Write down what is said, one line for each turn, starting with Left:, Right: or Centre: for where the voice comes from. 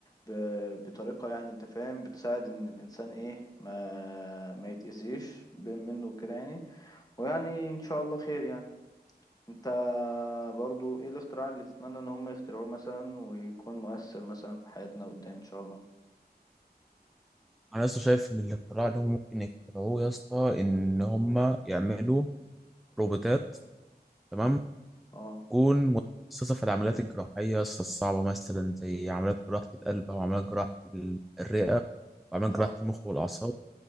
Left: ب... بطريقه يعني انت فاهم بتساعد ان الانسان ايه ما ما يتاذيش ب- منه كده يعني ويعني ان شاء الله خير يعني انت برضو ايه الاختراع اللي تتمنى ان هم يخترعوه مثلا ويكون مؤثر مثلا في حياتنا قدام ان شاء الله
Centre: انا لسه شايف ان الاختراع اللي هم ممكن يخترعوه يا اسطى ان هم يعملوا روبوتات تمام
Left: اه
Centre: تكون متخصصه في العمليات الجراحيه يا اسطى الصعبه مثلا زي عمليات جراحه القلب او عمليات جراحه ال- الرئه وعمليات
Left: اه
Centre: جراحه المخ والاعصاب